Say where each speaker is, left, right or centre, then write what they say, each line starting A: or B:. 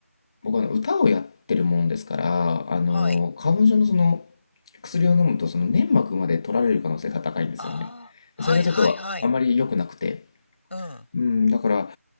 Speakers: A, on the left; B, on the left.
A: 僕はね、歌をやってるもんですから、あの、
B: はい。
A: 花粉症のその、薬を飲むと、その粘膜まで取られる可能性が高いんですよね。
B: ああ、
A: それがちょっとあまり良くなくて。
B: はいはいはい。うん。
A: うん、だから、